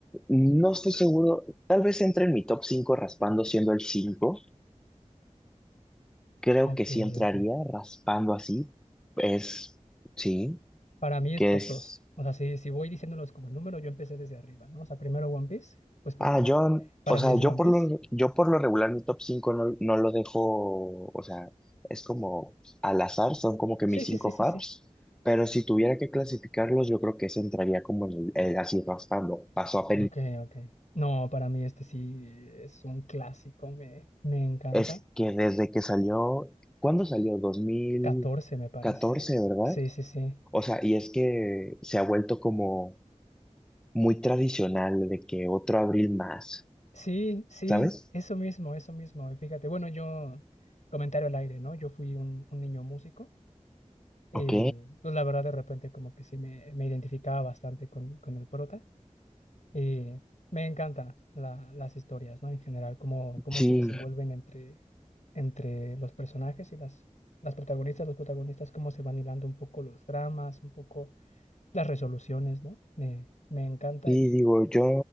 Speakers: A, in the centre; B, on the left.
A: No estoy seguro, tal vez entre en mi top 5 raspando siendo el 5. Creo
B: Ok,
A: que sí entraría
B: ok.
A: raspando así. Es, sí,
B: Para mí es
A: que
B: top
A: es...
B: dos. O sea, si, si voy diciéndolos como número, yo empecé desde arriba, ¿no? O sea, primero One Piece, pues porque
A: Ah, yo,
B: para
A: o sea,
B: mí es One
A: yo por
B: Piece.
A: lo, yo por lo regular mi top 5 no, no lo dejo, o sea, es como al azar, son como que
B: Sí,
A: mis
B: sí,
A: 5
B: sí, sí,
A: faps,
B: sí.
A: pero si tuviera que clasificarlos, yo creo que ese entraría como en el, el así raspando, paso a
B: Ok, ok. No, para mí este sí es un clásico, me, me encanta.
A: Es que desde que salió, ¿cuándo salió? dos mil
B: 14 me parece.
A: catorce ¿verdad?
B: Sí, sí, sí.
A: O sea, y es que se ha vuelto como muy tradicional de que otro abril más,
B: Sí, sí,
A: ¿sabes?
B: eso mismo, eso mismo. Y fíjate, bueno, yo, comentario al aire, ¿no? Yo fui un, un niño músico y
A: Ok,
B: pues la verdad de repente como que sí me, me identificaba bastante con, con el prota. Y me encantan la- las historias, ¿no? En general, cómo, cómo
A: sí,
B: se desenvuelven entre, entre los personajes y las, las protagonistas, los protagonistas, cómo se van hilando un poco los dramas, un poco las resoluciones, ¿no? Me, me encanta
A: sí,
B: y
A: digo, yo